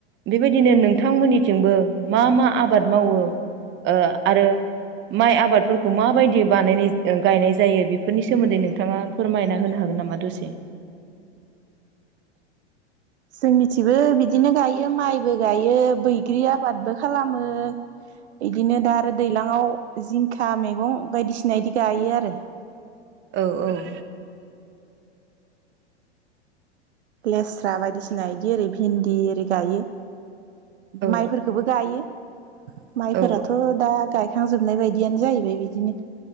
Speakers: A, on the right; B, on the right.
A: बेबायदिनो नोंथांमोननिथिंबो मा मा आबाद मावो? आरो माइ आबादफोर खौ माबायदि बानायनाय गायनाय जायो बेफोरनि सोमोन्दै नोंथाङा फोरमायना होनो हागोन नामा दसे?
B: जोंनिथिबो बिदिनो गायो माइबो गायो बैग्रि आबादबो खालामो। इदिनो दा आरो दैलाङाव जिंखा मैगं बायदिसिना इदि गायो आरो।
A: औ औ
B: लेस्रा बायदिसिना इदि ओरै भिन्दि ओरै गायो।
A: औ
B: माइफोरखोबो गायो माइफोराथ'
A: औ
B: दा गायखांजोबनाय बायदियानो जाहैबाय बिदिनो